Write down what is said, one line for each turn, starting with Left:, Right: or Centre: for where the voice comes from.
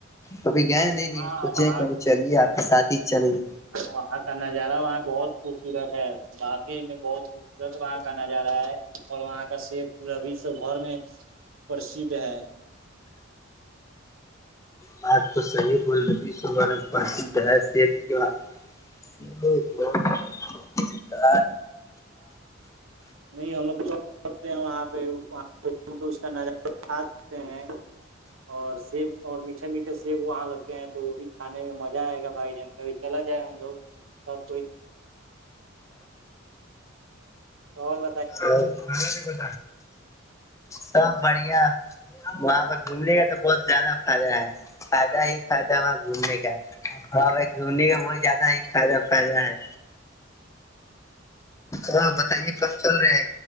Left: کبھی گئے نہیں لیکن
Right: ہاں
Left: سوچے
Right: وہاں
Left: کبھی چلیے آپ کے ساتھ ہی چلیے
Right: وہاں کا نظارہ وہاں بہت خوبصورت ہے باقی میں بہت خوبصورت وہاں کا نظارہ ہے اور وہاں کا شیک پورا وشو بھر میں پرسھ ہے
Left: بات تو صحی بول رہے س پرھ ہےتتا
Right: نہیں ہم لوگ چ سکتے ہیں وہاں پہ <unintelligible> کرنا چاہ کھا سکتے ہیں اور سیب اور میٹھے میٹھے سیب وہاں لگتے ہیں تو وہ بھی کھانے میں مزہ آئے گا بھائی جان کابھی چلا جائے ہم لوگ سب کوئی توو ب
Left: تو ب <unintelligible> سب بڑھیا وہاں پہ گھومنے کا تو بہت زیادہ فائدہ ہے فائدہ ہی فائدہ وہاںہ گھومنے کا وہاں پہ گھومنے کا بہت زیادہ ہی فائدہ فائدہ ہے ہاں بتائیے کب چل رہا ہے